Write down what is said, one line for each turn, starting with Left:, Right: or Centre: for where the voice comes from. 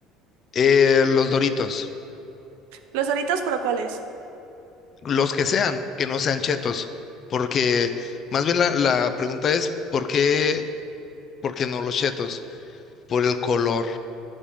Left: Eh, los Doritos,
Right: ¿Los Doritos, pero cuáles?
Left: los que sean, que no sean chetos, porque más bien la, la pregunta es, ¿por qué, por qué no los chetos? Por el color,